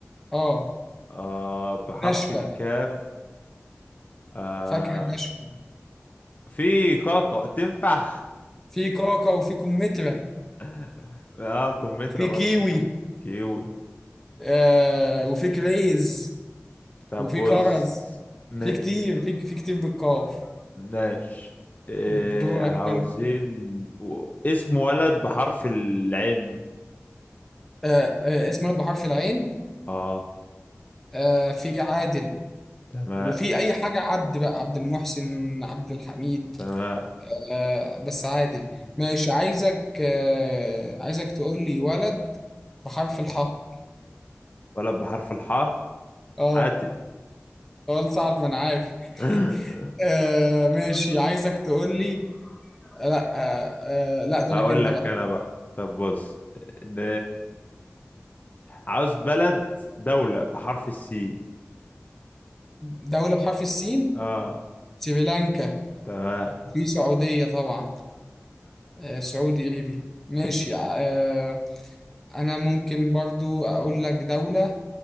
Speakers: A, in the centre; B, on the left.
A: اه اه
B: آه بحرف
A: ناشفة
B: الكاف آه
A: فاكهة ناشفة
B: في كاكا تنفع
A: في كاكا وفي كمثرى
B: <laughs> اه كمثرى
A: وفي
B: برضه
A: كيوي
B: كيوي
A: آه وفي كريز
B: طب
A: وفي
B: بص
A: كرز
B: ن-
A: في كتير في في كتير بالقاف
B: ماشي إيه
A: دورك
B: عاوزين
A: انت
B: و... اسم ولد بحرف العين
A: آه آه اسم ولد بحرف العين
B: اه
A: آه في عادل
B: تمام
A: وفي اي حاجه عبد بقى عبد المحسن عبد الحميد
B: تمام
A: آه بس عادل ماشي عايزك آه عايزك تقول لي ولد بحرف الحاء
B: ولد بحرف الحاء
A: اه
B: حاتم
A: سؤال صعب انا عارف <laughs>
B: <laughs>
A: آه ماشي عايزك تقول لي لا آه آه لا دورك
B: هقول
A: انت
B: لك
A: بقى
B: انا بقى طب بص ن... عاوز بلد دولة بحرف السين
A: دولة بحرف السين
B: اه
A: سريلانكا
B: تمام
A: في سعودية طبعا آه سعودي قريبي ماشي آه انا ممكن برضو اقول لك دولة